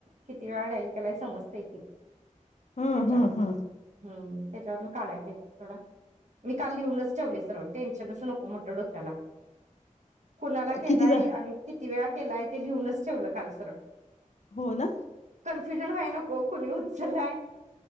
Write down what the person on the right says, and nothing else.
किती वेळा डाईल केलाय समजता येथे
हेच्यावर
हम्म त्याच्यावरून काढायलय थोडा मी काल लिहूनच ठेवले सर्व टेन्शनच नको म्ह डोक्याला कुणाला केलाय
आणि की किती वेळा केलाय ते लिहूनच ठेवल काल सरळ
फ्युजल व्हाय नको कोणी होद् चलाय